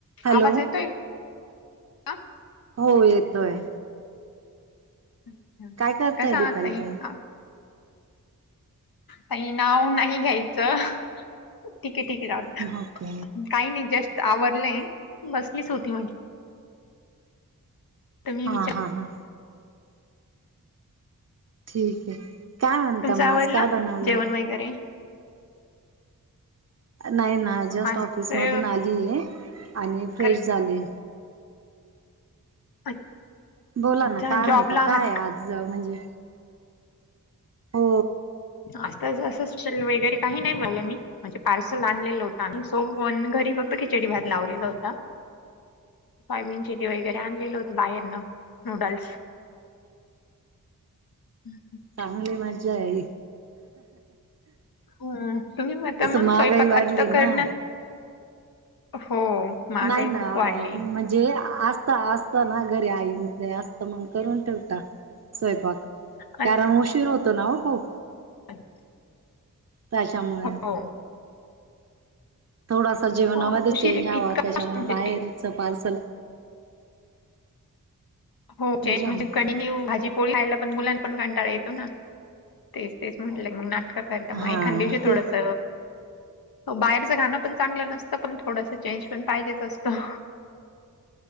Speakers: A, on the right (about 45°); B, on the left (about 85°).
A: Hello
B: आवाज येतोय? का?
A: हो येतोय
B: अ्छ
A: काय करताय
B: कसा
A: दीपाली
B: आ तई
A: ताई
B: हा काही नाव नाही घ्यायचं. ठीके ठीके रा काही
A: ओके
B: नाही जस्ट आवडलंय बसलीच होती म्हट. तुम्ही
A: हा
B: विचार
A: हा हा ठीक आहे काय म्हणत
B: तुमचं
A: मग
B: आवरलं
A: आज काय बनवलंय.
B: जेवण वगैरे
A: नाही ना जस्ट
B: आज
A: ऑफिस
B: तर
A: मधून आलीय आणि फ्रेश
B: करते.
A: झाले.
B: अच
A: बोला
B: अच्छ
A: ना काय म्हणता
B: जॉब लाात.
A: काय आज म्हणजे हो
B: आता असंच वगैरे काही नाही बला मी म्हणजे पार्सल आणलेलं होत आणि सो वन घरी फक्त खिचडी भात लावलेला होता. फाय मिीन चिली वगैरे आणलेल होत बाहेरन नूडल्स. हम्म हम्म.
A: चांगली मज्जा आहे.
B: हो तुम्ही मता
A: तस
B: मंग
A: महागाई
B: स्वयंपाक
A: वाढली
B: आता
A: ना
B: करणार हो. महागाई
A: नाही ना
B: खूप वाढली
A: म्हण जे असता असता ना घरी आई न ते असता मगं करून ठेवता. स्वयंपाक
B: अच्छा
A: कारण उशीर होतो ना हो खूप.
B: <unintelligible>
A: त्याच्यामुळे.
B: हो
A: थोडासा जेवणामध्ये
B: अ,
A: चेंज
B: उशीर
A: हवा
B: इतका
A: त्याच्यामुळे
B: उशीर म्हणजे
A: बाहेरचं पार्सल
B: हो चेज
A: बोला
B: म्हणजे
A: ना
B: कंटिन्यू भाजी पोळी खयला पण मुलां पण कांटाळा येतो ना तेच तेच म्हट मग नाटक करत मग
A: हा
B: एखाद दिवशी थोडस
A: ते
B: बाहेरचं खान पण चांगलं नसतं पण थोडसं चेंज पण पाहिजेच असतो.